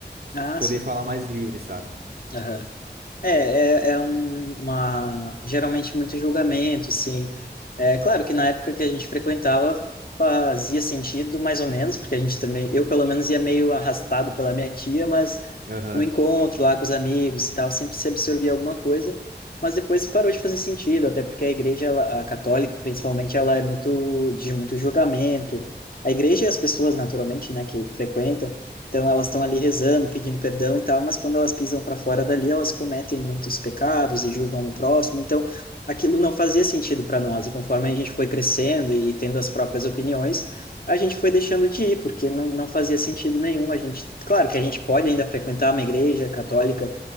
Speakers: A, on the right; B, on the left.
A: s-
B: Ah,
A: poder
B: sim.
A: falar mais
B: Uhum.
A: livre, sabe?
B: Aham. É, é, é um- uma, geralmente muito julgamento, assim. É claro que na época que a gente frequentava fazia sentido, mais ou menos, porque a gente também, eu pelo menos ia meio arrastado pela minha tia, mas
A: Aham.
B: no encontro lá com os amigos e tal, sempre se absorvia alguma coisa, mas depois parou de fazer sentido, até porque a igreja, ela, a católica principalmente, ela é muito de muito julgamento. A igreja e as pessoas, naturalmente, né, que frequentam, então elas estão ali rezando, pedindo perdão e tal, mas quando elas pisam para fora dali, elas cometem muitos pecados e julgam o próximo. Então aquilo não fazia sentido para nós. E conforme a gente foi crescendo e tendo as próprias opiniões, a gente foi deixando de ir, porque não, não fazia sentido nenhum. A gente, claro que a gente pode ainda frequentar uma igreja católica